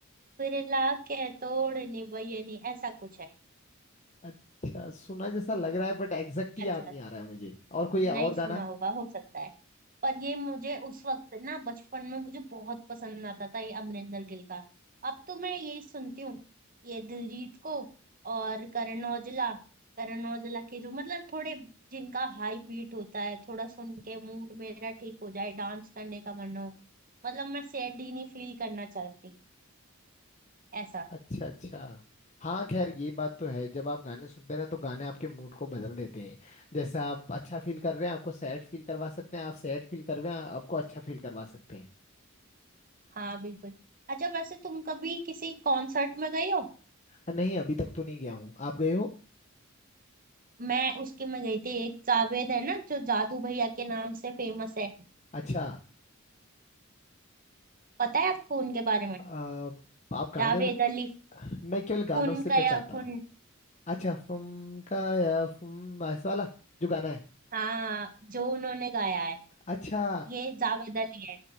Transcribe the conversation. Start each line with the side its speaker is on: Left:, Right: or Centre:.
Right: फिर लाके तोड़नी, वह ये नी, ऐसा कुछ है,
Left: अच्छा सुना जैसा लग रहा है बट एग्जैक्ट याद
Right: अच्छार।
Left: नहीं आ रहा है मुझे और कोई और
Right: नहीं सुना
Left: गाना
Right: होगा हो सकता है पर ये मुझे उस वक्त ना बचपन में मुझे बहुत पसंद आता था ये अमरिंदर गिल का अब तो मैं यही सुनती हूँ ये दिलजीत को और करण औजला करण औजला के जो मतलब थोड़े जिनका हाई बीट होता है थोड़ा सुन के मूड मेरा ठीक हो जाए डांस करने का मन हो मतलब मैं सैड ही नहीं फील करना चाहती ऐसा
Left: अच्छा अच्छा हाँ खैर ये बात तो है जब आप गाने सुनते हैं ना तो गाने आपके मूड को बदल देते हैं जैसे आप अच्छा फील कर रहे हैं आपको सैड फील करवा सकते हैं आप सैड फील कर रहे हैं आपको अच्छा फील करवा सकते हैं
Right: हाँ बिल्कुल अच्छा वैसे तुम कभी किसी कॉन्सर्ट में गए हो
Left: अ, नहीं अभी तक तो नहीं गया हूँ आप गए हो
Right: मैं उसके में गई थी एक जावेद है ना जो जादू भैया के नाम से फेमस है
Left: अच्छा
Right: पता है आपको उनके बारे में
Left: अ, आप गाने
Right: जावेद अली
Left: मैं केवल गानों
Right: खून
Left: से
Right: का
Left: पहचानता
Right: या खून
Left: हूँ अच्छा फुम का या फुम ऐसा वाला जो गाना है
Right: हाँ जो उन्होंने गाया है
Left: अच्छा
Right: ये जावेद अली है